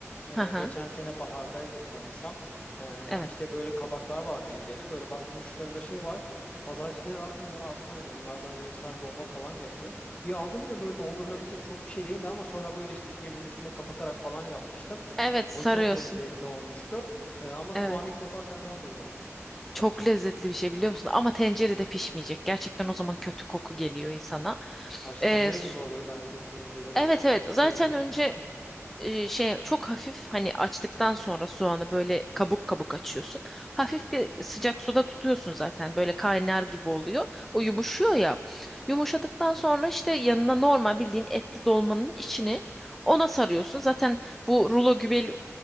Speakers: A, on the left; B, in the centre.
A: E,
B: Hı hı.
A: geçen sene bahardaydı sanırsam. E,
B: Evet.
A: işte böyle kabaklar vardı ileri. Böyle baktım uçlarında şey var. Pazarcı dedi abi bunları atma dedi. Bunlardan da insanlar dolma falan yapıyor. Bir aldım ya böyle doldurulabilecek çok bir şey değildi ama sonra böyle işte birbirinin üstüne kapatarak falan yapmıştım.
B: Evet
A: O
B: sarıyorsun.
A: çok lezzetli olmuştu. E, ama
B: Evet.
A: soğanı ilk defa senden duydum.
B: Çok lezzetli bir şey biliyor musun? Ama tencerede pişmeyecek. Gerçekten o zaman kötü koku geliyor insana.
A: Haşlanıyor
B: E, s-
A: gibi olur bence tencerede
B: evet
A: biraz
B: evet. Zaten
A: suyunu salarsan.
B: önce e, şey çok hafif hani açtıktan sonra soğanı böyle kabuk kabuk açıyorsun. Hafif bir sıcak suda tutuyorsun zaten böyle kaynar gibi oluyor. O
A: Hı
B: yumuşuyor
A: hı.
B: ya. Yumuşadıktan sonra işte yanına normal bildiğin etli dolmanın içini ona sarıyorsun. Zaten bu rulo gibi